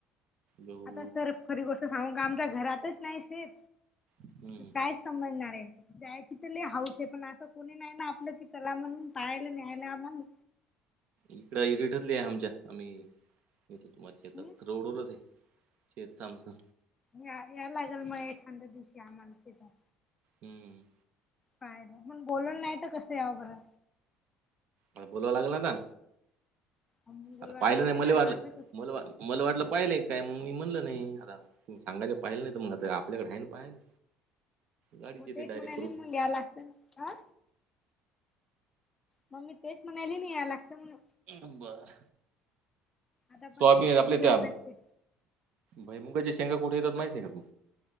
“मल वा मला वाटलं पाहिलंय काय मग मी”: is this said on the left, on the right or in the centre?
Right